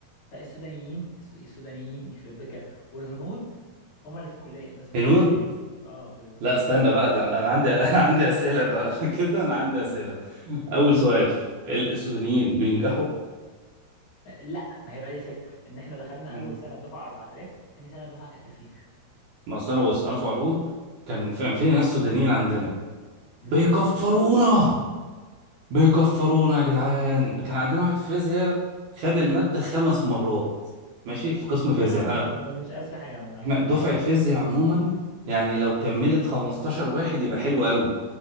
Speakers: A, on the left; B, on the right.
A: فالسودانيين الس- السودانيين يخرب بك والهنود هما اللي في الكليه الناس كلها
B: هنود
A: ب- يعني اه بالظبط
B: لا استنى بقى ده انا أنا عندي <laughs> عندي اسئله بقى <laughs> كده انا عندي اسئله اول
A: مم.
B: سؤال ال- السودانيين بينجحوا
A: لا ما هي بقى دي الفكره ان احنا دخلنا
B: مم.
A: اول سنه الدفعه 4000 تاني سنه الدفعه كانت 2000
B: ما أصل انا بص انا في علوم كان في كان في ناس سودانيين عندنا
A: امم
B: بيكفرونا بيكفرونا يا جدعان كان عندنا واحد في فيزياء خد المادة خمس مرات ماشي في قسم فيزياء
A: اه
B: احنا
A: ما ما- مش اذكى حاجه عملها
B: احنا
A: اه
B: دفعة فيزياء عموما يعني لو كملت 15 واحد يبقى حلو قوي